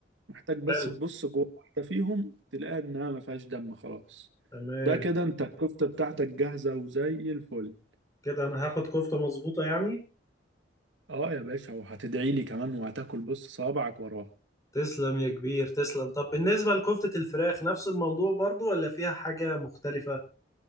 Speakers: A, on the right; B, on the left.
A: محتاج بس
B: حلو
A: تبص جوه واحدة فيهم تلاقيها إنها ما فيهاش دم خلاص
B: تمام
A: ده كده أنت الكفتة بتاعتك جاهزة وزي الفل
B: كده انا هاخد كفتة مظبوطة يعني
A: أه يا باشا وهتدعي لي كمان وهتاكل بص صوابعك وراها
B: تسلم يا كبير تسلم طب بالنسبة لكفتة الفراخ نفس الموضوع برضو ولا فيها حاجة مختلفة